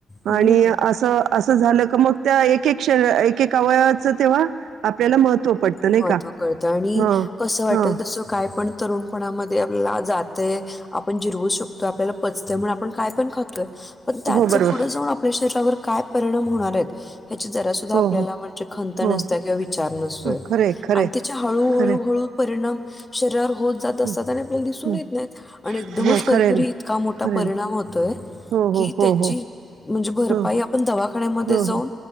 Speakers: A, on the left (about 25°); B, on the right (about 80°).
A: हम्म
B: आणि असं असं झालं क मग त्या एक एक कष एक एक अवयाचं तेव्हा आपल्याला महत्त्व पडतं
A: महत्त्व
B: नाही का
A: कळतं आणि
B: ह
A: कसं वाटेल
B: हा
A: तसं काय पण तरुणपणामध्ये आपला जातय आपण जिरवू शकतो तो आपल्याला पचतय म्हण आपण काय पण खातोय पण त्याच
B: हो, बरोबर.
A: पुढं जाऊन आपल्या शरीवर काय परिणाम होणार आहेत ह्याची जरा ा
B: हो,
A: आपल्याला
B: हो,
A: म्हणजे खंत
B: हो.
A: नत किंवा विचार नसतोय
B: हो खरंय खरंय
A: आणि त्याच्या हळू
B: खरंय
A: हळू हळ परिणाम शरवर होत जात असतात
B: हं
A: आणि आपल्याला दिसून
B: हं
A: येत नाहीत आणि एकदमच
B: हो
A: कधीतरी
B: खरंय ना
A: इतका मोठा
B: खरंय
A: परिणाम
B: ना
A: होतोय
B: हो हो
A: की
B: हो
A: त्याची
B: हो
A: म्हणजे भरपाई
B: हो
A: आपण दवाखान्यामध्ये
B: हो
A: जाऊन
B: हो